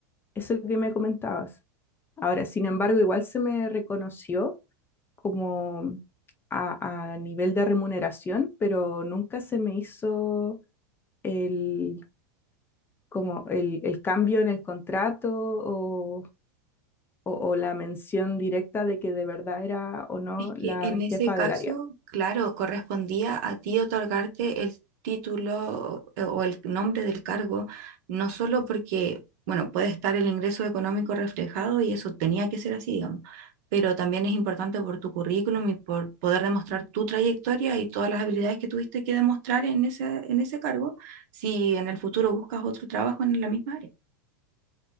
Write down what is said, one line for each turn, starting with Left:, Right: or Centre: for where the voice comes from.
Left: eso que me comentabas. Ahora, sin embargo, igual se me reconoció como a, a nivel de remuneración, pero nunca se me hizo el como el, el cambio en el contrato o, o, o la mención directa de que de verdad era o no
Right: es
Left: la
Right: que en
Left: jefa
Right: ese caso,
Left: del área.
Right: claro, correspondía a ti otorgarte el título eh, o el nombre del cargo, no solo porque, bueno, puede estar el ingreso económico reflejado y eso tenía que ser así, digamos, pero también es importante por tu currículum y por poder demostrar tu trayectoria y todas las habilidades que tuviste que demostrar en ese, en ese cargo, si en el futuro buscas otro trabajo en la misma área.